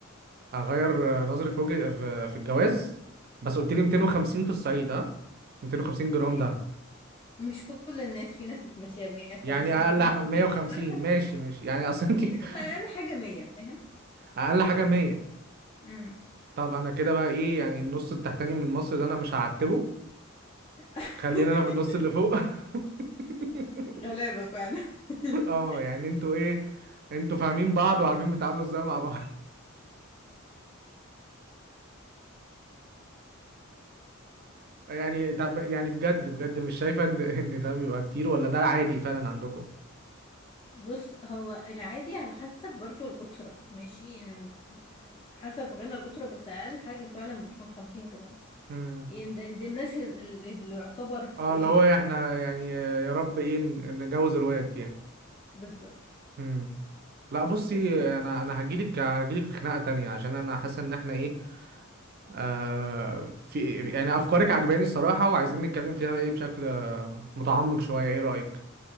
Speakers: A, on the right; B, on the left.
A: اغير آه، نظري في وجه في في الجواز بس قلت لي 250 في الصعيد ها 250 جرام
B: إيه،
A: دهب
B: مش كل الناس في ناس بتمشيها 150
A: يعني اقل
B: وفي ناس
A: 150
B: 100 على حسب
A: ماشي ماشي يعني اصل انت
B: يعني قول
A: <laughs>
B: اقل حاجة 100 فاهم
A: اقل حاجة 100
B: امم
A: طب انا كده بقى ايه يعني النص التحتاني من مصر ده انا مش هعتبه
B: <laughs>
A: خلينا انا في النص اللي فوق <laughs>
B: غلابة فعلا <laughs>
A: اه يعني انتوا ايه انتوا فاهمين بعض وعارفين بتتعاملوا ازاي مع بعض <laughs> يعني طب يعني بجد بجد مش شايفه ان ان ده بيبقى كتير ولا ده عادي فعلا عندكم
B: بص هو العادي على حسب برضو الأسرة ماشي يعني حسب غنى الأسرة بس أقل حاجة فعلا بتكون خمسين جرام
A: امم
B: يعني ده, ده الناس ال- ال- اللي يعتبر فقيرة
A: اه اللي هو احنا يعني يا رب ايه ن- نجوز الواد يعني
B: بالظبط
A: امم لا بصي
B: بس
A: انا انا هجيلك هجيلك في خناقه تانية عشان انا حاسه ان احنا ايه آه في يعني افكارك عجباني الصراحه وعايزين نتكلم فيها ايه بشكل آه، متعمق شويه ايه رايك